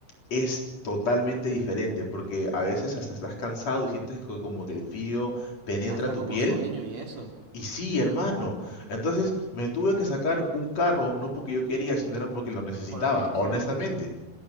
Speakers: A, on the left; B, on the right.
A: es totalmente diferente, porque a veces hasta estás cansado y sientes co- como que el frío penetra
B: Hasta
A: tu
B: como
A: piel.
B: sueño y eso.
A: Y sí, hermano. Entonces me tuve que sacar un carro, no porque yo quería, sino era porque lo necesitaba,
B: Por obligación.
A: honestamente.